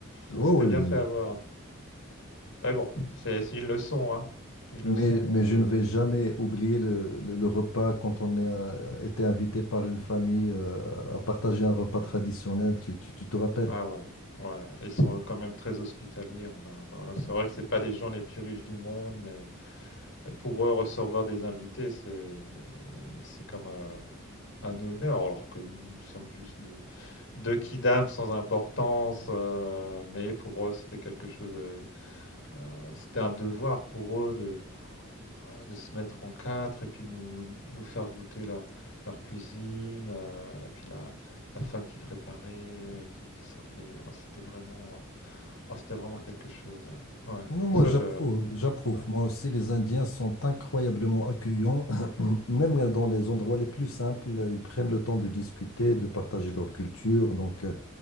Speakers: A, on the left; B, on the left.
A: Ouais,
B: On s'était
A: oui,
B: bien
A: oui.
B: fait avoir. Mais bon, c'est c'est une leçon, hein. Une
A: mais,
B: leçon.
A: mais je
B: euh,
A: ne vais jamais oublier le, le- le repas quand on a été invité par une famille euh, à partager un repas
B: ouais.
A: traditionnel, tu, tu- tu te rappelles?
B: Ah ouais. Ouais, ils sont quand même très hospitaliers en Inde, hein. C'est vrai que c'est pas les gens les plus riches du monde, mais pour eux recevoir des invités, c'est c'est comme euh, un honneur, alors que nous, nous sommes juste de deux kidams sans importance. euh, mais pour eux, c'était quelque chose de, euh, c'était un devoir pour eux de Ah, de se mettre en quatre et puis nous, nous faire goûter leur, leur cuisine, euh, et puis la, la fin qu'ils préparaient, euh, qui, qui servait. Oh, c'était vraiment, euh, oh, c'était vraiment quelque chose. Ouais. Ouais.
A: Non, moi
B: Oh, Ça,
A: Ouais. j'approuve,
B: je.
A: j'approuve.
B: Ouais.
A: Moi aussi, les Indiens sont incroyablement accueillants, <clears throat> même
B: Mhm.
A: dans les endroits les plus simples, ils prennent le temps de discuter, de partager leur culture. Donc, euh,